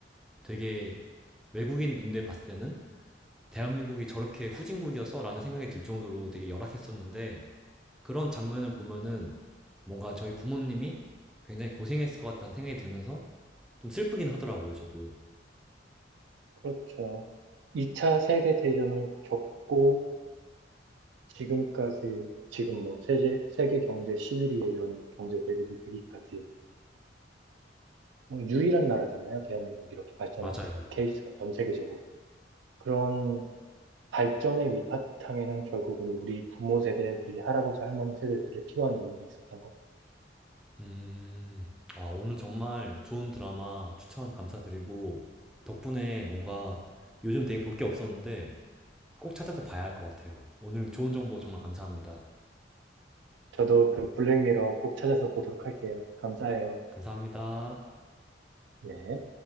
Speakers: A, in the centre; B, on the right.
A: 되게 외국인 눈에 봤을 때는 대한민국이 저렇게 후진국이었어? 라는 생각이 들 정도로 되게 열악했었는데 그런 장면을 보면은 뭔가 저희 부모님이 굉장히 고생했을 것 같다는 생각이 들면서 좀 슬프긴 하더라고요, 저도.
B: 그렇죠. 2차 세계 대전을 겪고 지금까지 지금 뭐 세계 세계 경제 11위에 이런 경제 대국이 되기까지 어, 유일한 나라잖아요. 대한민국 이렇게 발전한
A: 맞아요.
B: 케이스가 전 세계적으로. 그런 발전의 위바탕에는 결국은 우리 부모 세대, 우리 할아버지 할머니 세대들의 피와 눈물이 있었던 거죠.
A: 음, 아, 오늘 정말 좋은 드라마 추천 감사드리고, 덕분에 뭔가 요즘 되게 볼 게 없었는데 꼭 찾아서 봐야 할 것 같아요. 오늘 좋은 정보 정말 감사합니다.
B: 저도 그 블랙미러 꼭 찾아서 보도록 할게요. 감사해요.
A: 네. 감사합니다.
B: 네.